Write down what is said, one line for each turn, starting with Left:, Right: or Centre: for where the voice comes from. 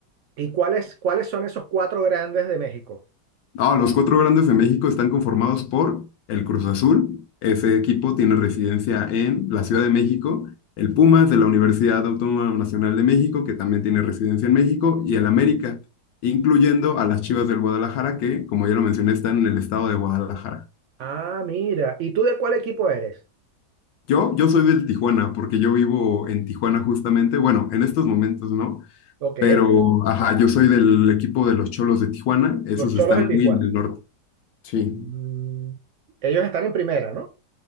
Right: ¿Y cuáles, cuáles son esos cuatro grandes de México?
Left: Ah, los cuatro grandes de México están conformados por el Cruz Azul, ese equipo tiene residencia en la Ciudad de México, el Pumas de la Universidad Autónoma Nacional de México, que también tiene residencia en México, y el América, incluyendo a las Chivas del Guadalajara, que, como ya lo mencioné, están en el estado de Guadalajara.
Right: Ah, mira. ¿Y tú de cuál equipo eres?
Left: Yo, yo soy del Tijuana, porque yo vivo en Tijuana justamente, bueno, en estos momentos no,
Right: Ok,
Left: pero, ajá, yo soy del equipo de los Cholos de Tijuana, esos
Right: los Cholos
Left: están
Right: de Tijuana.
Left: muy en el norte. Sí.
Right: Mm, ellos están en primera, ¿no?